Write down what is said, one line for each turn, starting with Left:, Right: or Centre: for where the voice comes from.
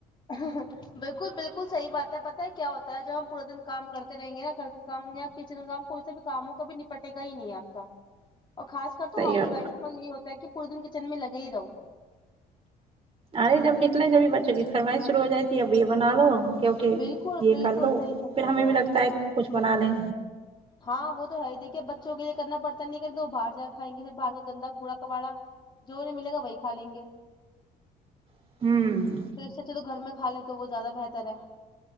Left: اہا ہاں بالکل بالکل صحیح بات ہے پتہ ہے کیا ہوتا ہے جب ہم پورا دن کام کرتے رہیں گے نا گھر کام یا کچن کام کوئی سا بھی کاموں کاب نپٹے گا ہی نہیں ہے آپ کا اور خاص کر تو
Right: صحیح
Left: ہاؤس
Right: اور
Left: وائفوں کا یہی ہوتا ہے کہ پورے دن کچن میں لگے ہی رہو
Right: ارے جب نکلے جبھی بچوں کی فرمائیش شرو ہو جات تی اب یہ بنا لو کیک
Left: بالکل
Right: یہ
Left: بالکل
Right: کر لو
Left: صحیح فرما
Right: پھر ہمیں
Left: رہے ہو
Right: بھی لگتا
Left: آپ
Right: ہے کچھ بنا لیں
Left: ہاں وہ تو ہے دیکھیے بچوں کے لیے کرنا پڑتا نہیں کہ وہ باہر جا کائیں گے پھر باہر کا گندا کوڑا کبڑا جو انہیں ملے گا وہی کا لیں گے
Right: ہوں
Left: پھر سےچے تو گھر میں کھا لے تو وہ زیادہ بہتر ہے